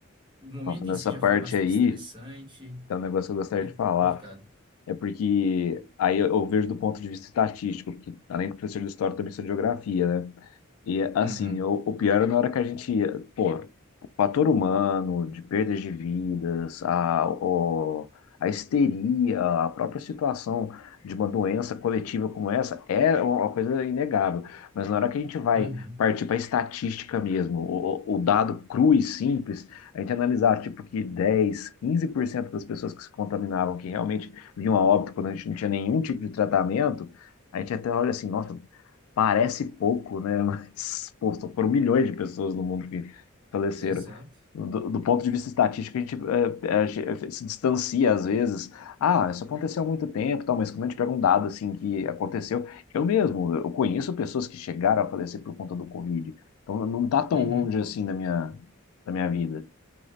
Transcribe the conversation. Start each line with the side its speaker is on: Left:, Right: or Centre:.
Right: O momento
Left: Nossa, nessa
Right: em si já
Left: parte
Right: foi bastante
Left: aí,
Right: estressante.
Left: tem um negócio que eu gostaria
Right: Foi
Left: de falar.
Right: complicado.
Left: É porque aí eu eu vejo do ponto de vista estatístico, porque além de professor de história, eu também sou de geografia, né? E assim,
Right: Uhum,
Left: o, o pior na hora que a gente ia, pô, o fator humano, de perdas de vidas, a, o, a histeria, a própria situação de uma doença coletiva como essa é uma coisa inegável. Mas na hora que a gente vai
Right: uhum,
Left: partir para a estatística mesmo, o, o o dado cru e simples, a gente analisar tipo que dez quinze por cento das pessoas que se contaminavam, que realmente vinham a óbito quando a gente não tinha nenhum tipo de tratamento, a gente até olha assim, nossa, Parece pouco, né? <laughs> Mas, pô, só foram milhões de pessoas no mundo que faleceram.
Right: Exato.
Left: Do, do ponto de vista estatístico, a gente, é, é, a gente se distancia às vezes. Ah, isso aconteceu há muito tempo, tal, mas quando a gente pega um dado assim que aconteceu, eu mesmo, eu conheço pessoas que chegaram a falecer por conta do Covid. Então não tá tão
Right: uhum.
Left: longe assim da minha, da minha vida.